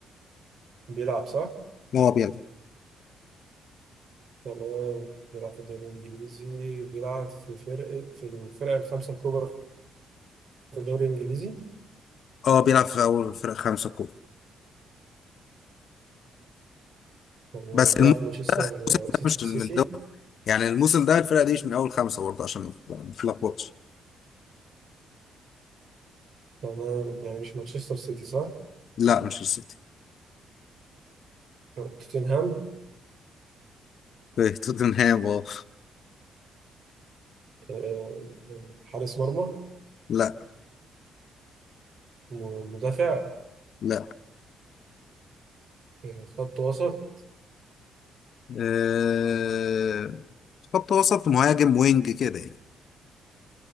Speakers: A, on the right (about 60°); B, on the left (about 60°).
A: بيلعب صح؟
B: هو بيلعب
A: تمام بيلعب في الدوري الإنجليزي بيلعب في فرقة في الفرق الخمسة الكبرى في الدوري الإنجليزي
B: اه بيلعب في اول فرق خمسة كبرى
A: تمام
B: بس
A: بيلعب
B: الموسم
A: في مانشستر
B: ده
A: سيت-
B: مش من
A: سيتي
B: الدوري يعني الموسم ده الفرقة دي مش من اول خمسة برضه عشان ما نتلخبطش
A: تمام يعني مش مانشستر سيتي صح؟
B: لا مش السيتي
A: توتنهام
B: <laughs> في توتنهام اه
A: آه، حارس مرمى
B: لا
A: م- مدافع
B: لا
A: آه، خط وسط
B: أه... خط وسط مهاجم وينج كده يعني